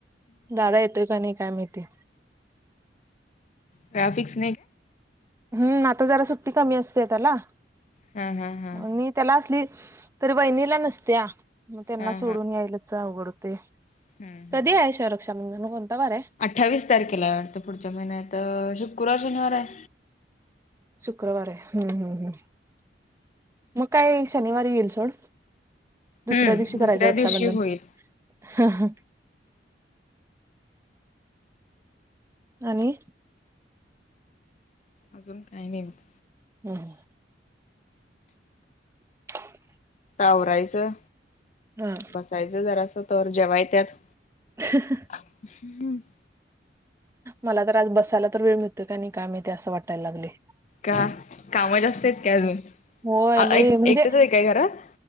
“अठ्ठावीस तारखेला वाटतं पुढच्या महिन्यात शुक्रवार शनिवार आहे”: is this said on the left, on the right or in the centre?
Left